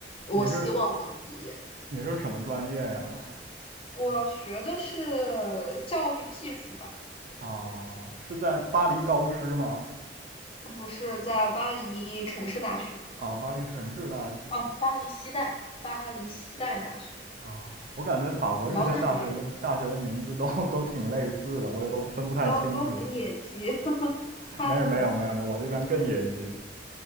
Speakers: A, on the left; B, on the right.
A: 我希望我能毕业。
B: 你是你是什么专业呀？
A: 我学的是教育技术吧，
B: 啊，是在巴黎高师吗？
A: 不是在巴黎城市大学，
B: 啊，巴黎城市大学。
A: 哦，巴黎西带，巴黎西带大学，
B: 啊，我感觉法国这些大学的大学的名字都
A: 老改名。
B: <laughs> 都挺类似的，我也都分不太清楚。
A: 都都很野鸡。<laughs> 他对，
B: 没有没有没有没有，我这边更野鸡，